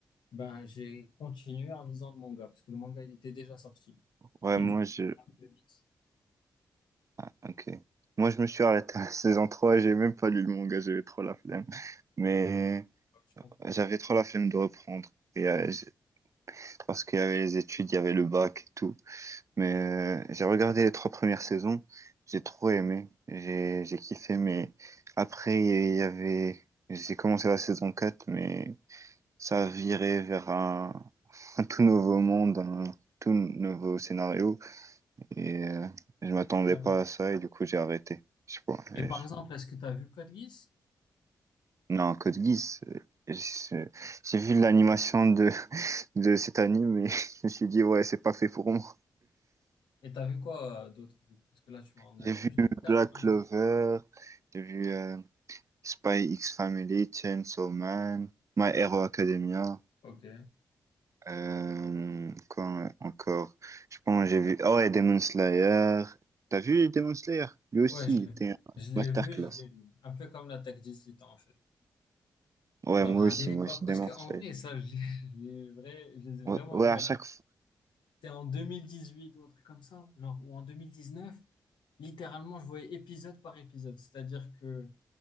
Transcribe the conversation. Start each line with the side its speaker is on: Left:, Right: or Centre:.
Left: ben, j'ai continué en lisant le manga, parce que le manga, il était déjà sorti.
Right: Ouais,
Left: Et
Right: moi
Left: du coup,
Right: je.
Left: j'ai fait le mix.
Right: Ah, ok. Moi je me suis arrêté à la saison trois j'ai même pas lu le manga, j'avais trop la flemme. Mais
Left: Ouais, je comprends.
Right: j'avais trop la flemme de reprendre. Et, euh, j'ai- parce qu'il y avait les études, il y avait le bac et tout. Mais euh, j'ai regardé les trois premières saisons, j'ai trop aimé, j'ai j'ai kiffé. Mais après, il y avait. J'ai commencé la saison quatre mais ça a viré vers un, <laughs> un tout nouveau monde, un tout nouveau scénario. Et euh, je m'attendais
Left: Ouais.
Right: pas à ça et du coup j'ai arrêté. Je sais pas.
Left: Et
Right: euh,
Left: par
Right: je-
Left: exemple, est-ce que t'as vu Code Geass?
Right: Non, Code Geass. euh, je- J'ai vu l'animation de, de cet anime et <laughs> je me suis dit ouais c'est pas fait pour moi.
Left: Et t'as vu quoi euh, d'autre, du coup Parce que là, tu m'en as
Right: J'ai vu
Left: vu quatre,
Right: Black
Left: hein.
Right: Clover, j'ai vu euh, Spy X Family, Chainsaw Man, My Hero Academia.
Left: Ok.
Right: Euh, quoi encore? Je pense que j'ai vu. Oh ouais, Demon Slayer. T'as vu Demon Slayer? Lui aussi,
Left: Ouais, je
Right: il était un
Left: Je l'ai
Right: masterclass.
Left: vu, je l'ai vu. Un peu comme l'attaque des Titans, en fait.
Right: Ouais,
Left: Genre
Right: moi
Left: à
Right: aussi,
Left: l'époque,
Right: moi aussi,
Left: parce
Right: Demon
Left: qu'en
Right: Slayer.
Left: vrai, ça, je <laughs> je l'ai vrai, je les ai vraiment
Right: Ouais, ouais,
Left: vus
Right: à
Left: à
Right: chaque
Left: l'époque.
Right: fois.
Left: C'était en 2018 ou un truc comme ça, genre, ou en 2019. Littéralement, je voyais épisode par épisode. C'est-à-dire que,